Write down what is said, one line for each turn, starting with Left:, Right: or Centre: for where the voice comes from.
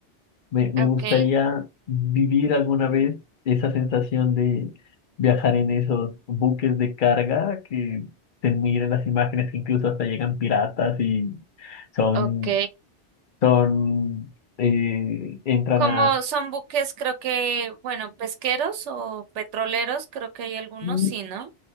Left: Me, me
Right: ok.
Left: gustaría vivir alguna vez esa sensación de viajar en esos buques de carga que se miran las imágenes, que incluso hasta llegan piratas y son,
Right: Ok.
Left: son, eh, entran
Right: Como
Left: a...
Right: son buques, creo que, bueno, pesqueros o petroleros, creo que hay algunos,
Left: Mm,
Right: sí, ¿no?